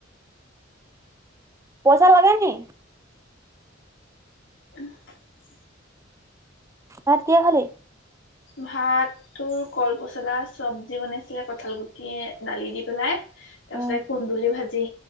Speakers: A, on the right; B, on the left.
A: পইচা লাগে নি?
B: <unintelligible>
A: ভাত কি হে খালী?
B: ভাত তোৰ কল পচলা চবজি বনাইছিলে কঁঠাল গুটি দালি দি পেলাই তাৰ
A: উম
B: পিছতে কুন্দুলি ভাজি